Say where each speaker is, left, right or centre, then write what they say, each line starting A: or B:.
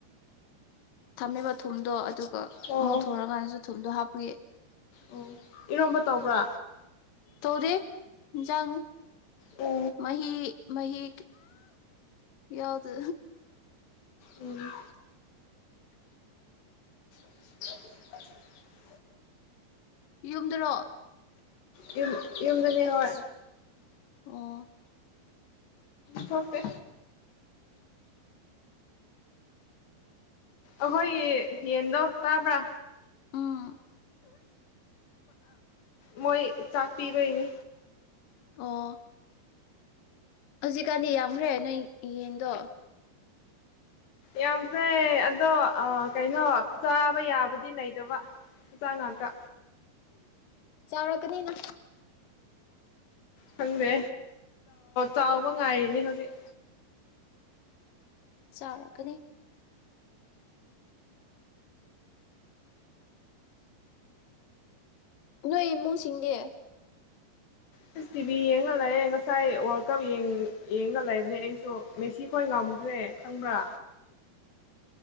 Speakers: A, on the left; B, on the left.
A: ꯊꯝꯃꯦꯕ ꯊꯨꯝꯗꯣ ꯑꯗꯨꯒ
B: ꯑꯣ
A: ꯑꯃꯨꯛ ꯊꯣꯡꯔꯀꯥꯟꯗꯁꯨ ꯊꯨꯝꯗꯣ ꯍꯥꯞꯄꯨꯒ
B: ꯎꯝ ꯏꯔꯣꯝꯕ ꯇꯧꯕ꯭ꯔꯥ
A: ꯇꯧꯗꯦ ꯌꯦꯟꯖꯥꯡꯅꯤ
B: ꯑꯣ
A: ꯃ ꯃꯍꯍꯤ ꯌꯥꯎꯗ
B: ꯎꯝ <inaudible>
A: ꯌꯨꯝꯗꯔꯣ
B: ꯌꯨꯝ ꯌꯨꯝꯗꯅꯤ ꯍꯣꯏ
A: ꯑꯣ
B: ꯊꯣꯔꯄ ꯑꯩꯈꯣꯏꯒꯤ ꯌꯦꯟꯗꯣ ꯇꯥꯕ꯭ꯔꯥ
A: ꯎꯝ
B: ꯃꯣꯏ ꯆꯥꯛ ꯄꯤꯕꯩꯅꯤ
A: ꯑꯣ ꯍꯧꯖꯤꯛꯀꯥꯟꯗꯤ ꯌꯥꯝꯈ꯭ꯔꯦ ꯅꯣꯏ ꯌꯦꯟꯗꯣ
B: ꯌꯥꯝ ꯐ꯭ꯔꯦ ꯑꯗꯣ ꯀꯩꯅꯣ ꯆꯥꯕ ꯌꯥꯕꯗꯤ ꯂꯩꯗꯕ ꯇꯥꯡꯉꯀ
A: ꯆꯥꯎꯔꯛꯀꯅꯤꯅ
B: ꯈꯪꯗꯦ ꯆꯥꯎꯕ ꯉꯥꯏꯔꯤꯅꯦ ꯍꯧꯖꯤꯛ
A: ꯆꯥꯎꯔꯛꯀꯅꯤ ꯅꯣꯏ ꯏꯃꯨꯡꯁꯤꯡꯗꯤ
B: ꯁ ꯇꯤ ꯚꯤ ꯌꯦꯡꯉ ꯂꯩꯦ ꯉꯁꯥꯏ ꯋꯥꯔꯜ ꯀꯞ ꯌꯦꯡꯅꯜꯂꯕꯅꯦ ꯑꯩꯁꯨ ꯃꯦꯁꯤ ꯈꯣꯏ ꯉꯝꯈ꯭ꯔꯦ ꯈꯪꯕ꯭ꯔꯥ꯫